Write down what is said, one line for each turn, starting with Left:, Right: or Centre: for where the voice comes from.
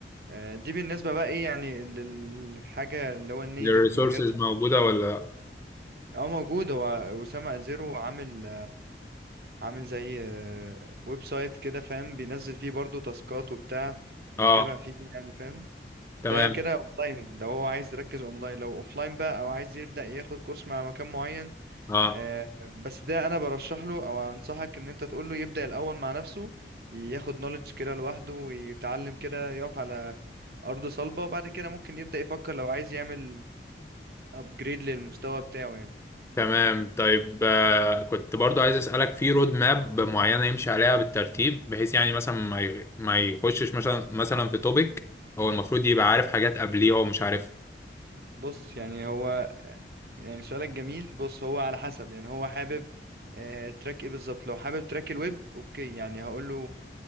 Right: آه، دي بالنسبة بقى ايه يعني للحاجة اللي هو النيتف
Left: الريسورسز
Right: من غير
Left: موجودة ولا
Right: اه موجود هو أسامة الزيرو عامل عامل زي آه، ويب سايت كده فاهم بينزل فيه برضو تاسكات وبتاع بيتابع
Left: اه
Right: فيه يعني فاهم
Left: تمام
Right: ده كده اونلاين ده هو عايز يركز اونلاين لو اوفلاين بقى او عايز يبدأ ياخد كورس مع مكان معين
Left: اه
Right: آه، بس ده انا برشح له او انصحك ان انت تقول له يبدأ الاول مع نفسه ياخد نوليدج كده لوحده ويتعلم كده يقف على ارض صلبة وبعد كده ممكن يبدأ يفكر لو عايز يعمل ابجريد للمستوى بتاعه يعني
Left: تمام طيب آه كنت برضو عايز اسالك في رود ماب معينه يمشي عليها بالترتيب بحيث يعني مثلا ما ي- ما يخشش مثلا مثلا في توبيك هو المفروض يبقى عارف حاجات قبليه هو مش عارفها
Right: بص يعني هو يعني سؤالك جميل بص هو على حسب يعني هو حابب آه تراك ايه بالظبط لو حابب تراك الويب اوكي يعني هقول له